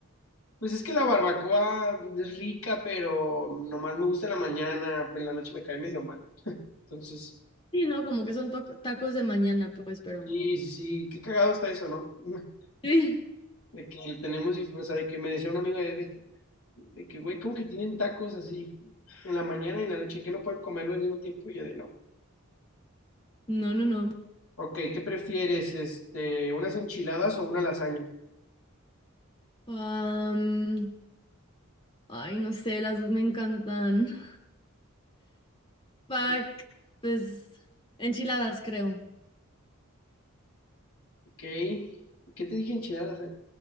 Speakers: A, on the left; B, on the left.
A: Pues es que la barbacoa es rica, pero nomás me gusta en la mañana, pero en la noche me cae medio mal. <laughs> Entonces,
B: Sí, no, como que son to- tacos de mañana, pues, pero.
A: sí, sí, sí, qué cagado está eso, ¿no? <laughs>
B: Sí.
A: De que tenemos, dif- o sea, de que me decía un amigo de, de, de que, güey, ¿cómo que tienen tacos así en la mañana y en la noche? que no pueden comerlo al mismo tiempo? Y yo de no.
B: No, no, no.
A: Ok, ¿qué prefieres? Este, ¿unas enchiladas o una lasaña?
B: Am, ay, no sé, las dos me encantan. Pack, pues enchiladas creo.
A: Ok, ¿qué te dije enchiladas? eh?